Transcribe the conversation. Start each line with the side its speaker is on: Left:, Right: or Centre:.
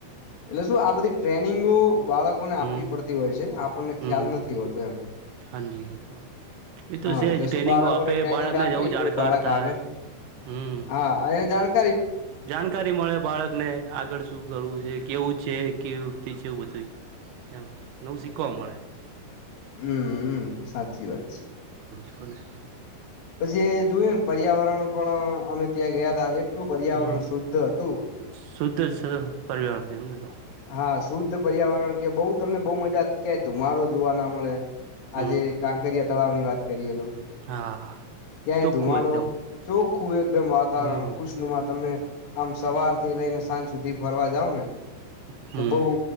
Left: એટલે શું આ બધી ટ્રેનિંગો બાળકોને આપવી
Right: હમ
Left: પડતી હોય છે આપણને ખ્યાલ
Right: હમ
Left: નથી હોતો એ.
Right: હાજી એ તો એ તો
Left: હા
Right: છે
Left: એટલે
Right: જ ટ્રેનિંગો
Left: શું બાળકોને
Right: આપે
Left: ટ્રેનિંગ
Right: બાળકને
Left: આપીએ
Right: જવું જાણકાર
Left: બાળક
Right: થાય
Left: આગળ
Right: હમ
Left: હા જાણ
Right: જાણકારી મળે બાળકને આગળ શું કરવું છે, કેવું છે કેવીતિ છે. કેવું બધું એમ નવું શીખવા મળે.
Left: હમ સાચી વાત છે.
Right: એને
Left: પછી જોયું ને પર્યાવરણ પણ અમે ત્યાં ગયા તા એ કેટલું પર્યાવરણ
Right: હમ
Left: શુદ્ધ હતું
Right: શુદ્ધ છે પરવાર છેને તો
Left: હા શુદ્ધ પર્યાવરણ કે બહુ તમને બહુ મજાતી ક્યાય ધુમાડો જોવા ના મળે
Right: હમ
Left: આજે કાંકરિયા તળાવ ની વાત કરીએ તો.
Right: હા.
Left: ક્યાય
Right: ચોખ્ખું
Left: ધુમાડો
Right: એકદમ
Left: ચોખ્ખું એકદમ વાતાવરણ
Right: હમ
Left: ખુશનુમાં તમે આમ સવાર થી લઈને સાજ સુધી ફરવા જાવ ને
Right: હમ.
Left: તો બઉ